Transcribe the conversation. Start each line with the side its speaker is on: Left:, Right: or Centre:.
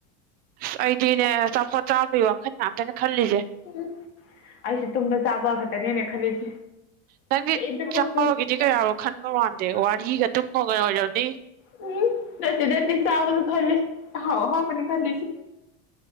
Right: ꯑꯁ ꯑꯩꯗꯤꯅꯦ ꯑꯆꯥꯄꯣꯠ ꯆꯥꯕꯒꯤ ꯋꯥꯈꯜ ꯉꯥꯛꯇꯅꯦ ꯈꯜꯂꯤꯁꯦ
Left: <unintelligible> ꯎꯝ ꯑꯩꯁꯦ ꯇꯨꯝꯕ ꯆꯥꯕ ꯈꯛꯇꯅꯦꯅ ꯈꯜꯂꯤꯁꯦ
Right: ꯅꯪꯗꯤ
Left: ꯏꯕ ꯍ
Right: ꯆꯥꯎꯔꯒꯤꯗꯤ ꯀꯌꯥꯔꯣ ꯈꯟꯕ ꯃꯥꯟꯗꯦ ꯋꯥꯔꯤꯒ ꯇꯨꯝꯃꯒ ꯑꯣꯏꯔꯝꯅꯤ
Left: ꯎꯝ ꯗꯠꯇ ꯗꯠꯇ ꯁꯕ ꯈꯜꯂꯤ ꯍꯥꯎ ꯍꯥꯎꯕꯅꯤ ꯈꯜꯂꯤꯁꯤ